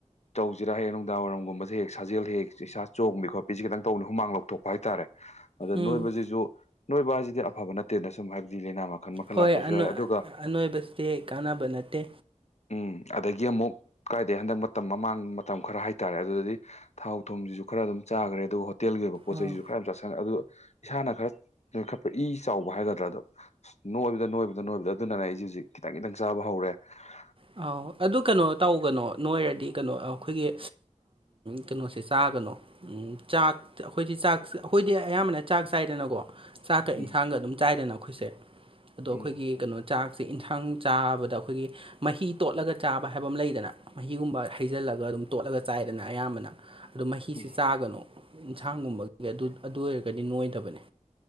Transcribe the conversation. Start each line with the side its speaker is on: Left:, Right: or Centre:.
Left: ꯇꯧꯁꯤꯔꯥ ꯍꯦꯛ ꯅꯨꯡꯗꯥꯡꯏꯝꯒꯨꯝꯕꯁꯦ ꯍꯦꯛ ꯁꯥꯖꯦꯜ ꯍꯦꯛ ꯏꯁꯥ ꯆꯣꯡꯕꯤ ꯈꯣꯠꯄꯤꯁꯤ ꯈꯤꯇꯪ ꯇꯧꯅꯤ ꯍꯨꯃꯥꯡ ꯂꯧꯊꯣꯛꯄ ꯍꯥꯏꯇꯥꯔꯦ ꯑꯗ ꯅꯣꯏꯕꯁꯤꯁꯨ
Right: ꯎꯝ
Left: ꯅꯣꯏꯕ ꯍꯥꯏꯁꯤꯗꯤ ꯑꯐꯕ ꯅꯠꯇꯦꯅ ꯁꯨꯝ ꯍꯥꯏꯕꯗꯤ ꯂꯥꯏꯅꯥ ꯃꯈꯜ ꯃꯈꯜ
Right: ꯍꯣꯏ
Left: ꯂꯥꯛꯄꯁꯨ ꯌꯥꯏ ꯑꯗꯨꯒ
Right: ꯑꯅꯣꯏꯕꯕꯁꯤꯦ ꯀꯥꯟꯅꯕ ꯅꯠꯇꯦ
Left: ꯎꯝ ꯑꯗꯒꯤ ꯑꯃꯨꯛ ꯀꯥꯏꯗꯩ ꯍꯟꯗꯛ ꯃꯇꯝ ꯃꯃꯥꯡ ꯃꯇꯝ ꯈꯔ ꯍꯥꯏꯇꯥꯔꯦ ꯑꯗꯨꯗꯗꯤ ꯊꯥꯎ ꯊꯨꯝꯁꯤꯁꯨ ꯈꯔ ꯑꯗꯨꯝ ꯆꯥꯈ꯭ꯔꯦ ꯑꯗꯨꯒ ꯇꯦꯜꯒꯤ ꯑꯣꯏꯕ ꯄꯣꯠ
Right: ꯑꯥ
Left: ꯆꯩꯁꯤꯁꯨ ꯈꯔ ꯌꯥꯝ ꯆꯥ ꯁꯪꯉ ꯑꯗꯨ ꯏꯁꯥꯅ ꯈꯔ ꯅꯣꯏ ꯈꯠꯄ ꯏ ꯆꯥꯎꯕ ꯍꯥꯏꯒꯗ꯭ꯔꯥ ꯑ ꯅꯣꯏꯕꯗ ꯅꯣꯏꯕꯗ ꯅꯣꯏꯕꯗ ꯑꯗꯨꯅꯅꯦ ꯑꯩꯁ ꯍꯧꯖꯤꯛ ꯈꯤꯇꯪ ꯈꯤꯇꯪ ꯆꯥꯕ ꯍꯧꯔꯦ ꯄꯨꯔꯦ
Right: ꯑ ꯑꯗꯨ ꯀꯩꯅꯣ ꯇꯧꯒꯅꯣ ꯅꯣꯏꯔꯗꯤ ꯀꯩꯅꯣ ꯑꯩꯈꯣꯏꯒꯤ ꯀꯩꯅꯣꯁꯦ ꯆꯥꯒꯅꯣ ꯆꯥꯛ ꯑꯩꯈꯣꯏꯗꯤ ꯆꯥꯛ ꯑꯩꯈꯣꯏꯗꯤ ꯑꯌꯥꯝꯕꯅ ꯆꯥꯛ ꯆꯥꯏꯗꯅ ꯆꯥꯛ ꯌꯦꯥꯡꯝ
Left: ꯎꯝ
Right: ꯆꯥꯏꯗꯅ ꯑꯩ ꯑ ꯑꯩꯣꯏꯒꯤꯩꯅꯣ
Left: ꯎꯝ
Right: ꯆꯥꯛꯁꯦ ꯏꯟꯊꯥꯡ ꯆꯥꯕꯗ ꯑꯩꯈꯣꯏꯒꯤ ꯃꯍꯤ ꯇꯣꯠꯂꯒ ꯆꯥꯕ ꯍꯥꯏꯕ ꯑꯃ ꯂꯩꯗꯅ ꯃꯍꯤꯒꯨꯝꯕ ꯍꯩꯖꯤꯜꯂꯒ ꯑꯗꯨꯝ ꯇꯣꯠꯂꯒ ꯆꯥꯏꯗꯅ ꯑꯌꯥꯝꯕꯅ ꯑꯗꯨꯗꯣ ꯃꯍꯤꯁ
Left: ꯎꯝ
Right: ꯆꯥꯒꯅꯨ ꯏꯟꯁꯥꯡꯒꯨꯝꯕꯒꯤ ꯑꯗꯨ ꯑꯣꯏꯔꯒꯗꯤ ꯅꯣꯏꯗꯕꯅꯦ